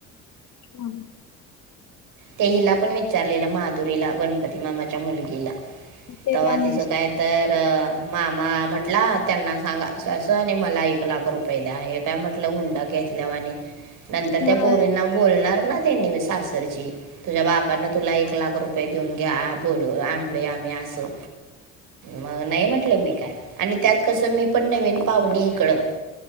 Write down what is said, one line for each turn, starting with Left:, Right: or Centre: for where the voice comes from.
Left: हम
Right: त्या हीला पण विचारलेलं माधुरीला गणपती मामाच्या मुलगीला.
Left: ते
Right: तवा तिझं
Left: नाही
Right: काय तर अ मामा म्हटला त्यांना सांगा असं असं आणि मला एक लाख रुपये द्या. हाहेत. काय म्हटल हुंडा घेतल्यावाणी नंतर
Left: होय
Right: त्या पोरींना बोलणार ना त्यांनी सासरची, तुझ्या बापन तुला एक लाख रुप पये देवून घ्या बोलू आणलंय आम्ही असं मग नाही म्हटलं मी आणि त्यात कसं मी पण नवीन पाहुणी इकडं